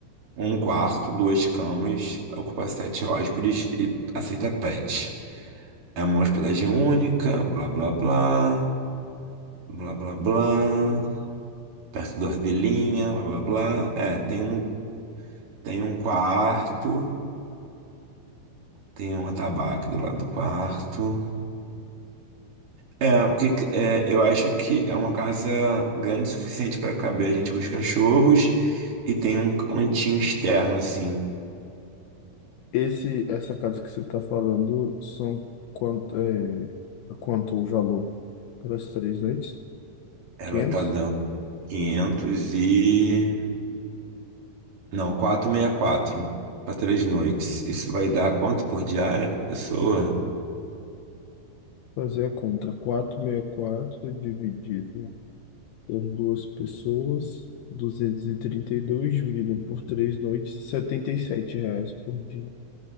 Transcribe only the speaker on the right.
um quarto, duas camas, ocupa sete hóspedes e aceita pet. É uma hospedagem única, blá blá blá. Blá, blá, blá. Perto das vilinhas, blá, blá, blá. É, tem um, tem um quarto, tem um atabaque do lado do quarto. É, o que, que- é, eu acho que é uma casa grande o suficiente para caber a gente com os cachorros e tem um cantinho externo, assim.
Ela
tá dando 500 e... Não, quatrocentos e sessenta e quatro para três noites. Isso vai dar quanto por diária por pessoa?